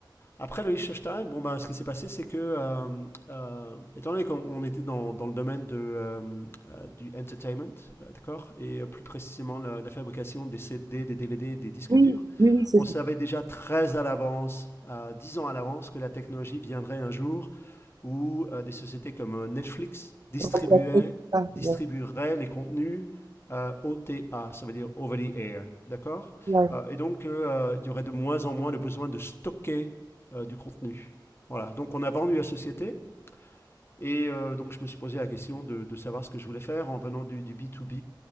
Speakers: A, on the left; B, on the right.
A: après le Liechtenstein, bon ben, ce qui s'est passé, c'est que, euh, euh, étant donné qu'on était dans, dans le domaine de, euh, euh, du entertainment, euh, d'accord, et euh, plus précisément la, la fabrication des CD, des DVD, des disques
B: Oui,
A: durs,
B: oui, oui, c'est
A: on
B: ça.
A: savait déjà très à l'avance, euh, 10 ans à l'avance, que la technologie viendrait un jour où euh, des sociétés comme euh, Netflix distribuaient,
B: Remplacer ça,
A: distribueraient
B: bien.
A: les contenus euh, OTA, ça veut dire over the air, d'accord
B: Ouais.
A: euh, Et donc, euh, euh, il y aurait de moins en moins le besoin de stocker euh, du contenu. Voilà, donc on a vendu la société. Et euh, donc je me suis posé la question de, de, savoir ce que je voulais faire en venant du, du B2B